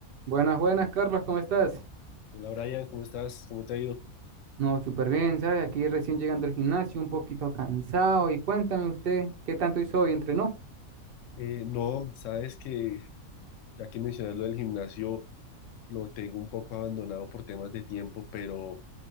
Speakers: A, on the right; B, on the left.
A: Buenas, buenas, Carlos, ¿cómo estás?
B: Hola Brian, ¿cómo estás? ¿Cómo te ha ido?
A: No, súper bien, ¿sabe? Aquí recién llegando al gimnasio, un poquito cansado. Y cuéntame usted, ¿qué tanto hizo hoy? ¿Entrenó?
B: Eh, no, sabes que ya que mencionas lo del gimnasio, lo tengo un poco abandonado por temas de tiempo, pero,